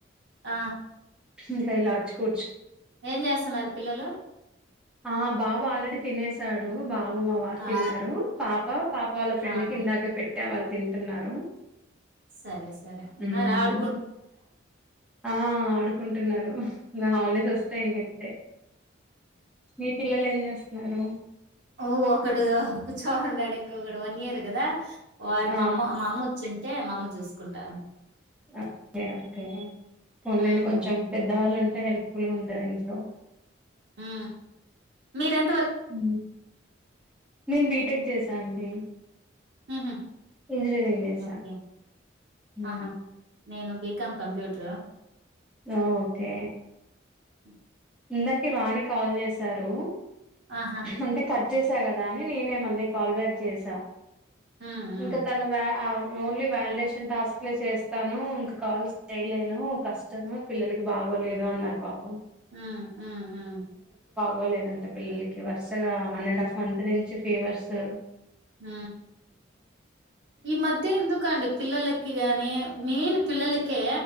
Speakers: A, on the right; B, in the centre.
A: ఆ
B: ఇంకా ఇలా వోచ్చికూ
A: ఏం చేస్తున్నారు పిల్లలు?
B: ఆ బాబు ఆల్రెడీ తినసాడు. బా బాబు, మా వారు
A: ఆ
B: తిన్నారు. పాప పాప వాళ్ళ ఫ్రెండ్
A: ఆ
B: కి ఇందాకే పెట్ ట్టా వాళ్ళు తింటున్నారు.
A: సరే సరే ఉన్నార
B: మ్మ్
A: ఆడు
B: ఆ ఆడుకుంటున్నారు ఇంగా హాలిడేస్ వస్తే ఇంకా ఇంతే మీ పిల్ పిల్లలు ఏం చేస్తున్నారు?
A: ఓ ఒకడు కూర్చోనున్నాడు, ఇంకొకడు వన్ ఇయర్ కదా. వాడు
B: ఆ
A: మా అమ్మ మా అమ్మ వచ్చింటే మామ్మ చూసుకుంటాను.
B: ఓకే ఓకే ఉండండి.
A: ఉమ్
B: కొంచెం పెద్దవాళ్ళు ఉంటే హెల్ప్ ఫుల్ గా ఉంటది ఇంట్లో.
A: హు మీరెం
B: హ్ నేను బీటెక్ చేస్ సా అండి.
A: ఉహు
B: ఇంజనీరింగ్ చేసా
A: ఓకే
B: ఊ
A: ఆహా నేను బీకామ్ కంప్యూటర్
B: ఆ ఓకే
A: హ్
B: ఇందాకే వాణి కాల్ చేసారు.
A: ఆహా
B: అంటే కట్ చేసి సా కదా అని నేనే మళ్లీ కాల్ బ్యాక్ చేసా.
A: ఉమ్ ఉమ్
B: ఇంకా తను వా ఓన్లీ వాలిడేషన్ టాస్క్లే చేస్తాను, ఇంకా కాల్స్ చేయలేను కష్టము పిల్లలకి బాగోలేదు అన్నారు పాపం.
A: ఆ ఆ ఆ
B: గోలేదంట పిల్లలకి. వరుసగా వన్ అండ్ అఫ్ మంత్ నుంచి ఫీవర్సు
A: హ ఈ మధ్య ఎందుకండి పిల్లలకి గాని మెయిన్ పిల్లలకె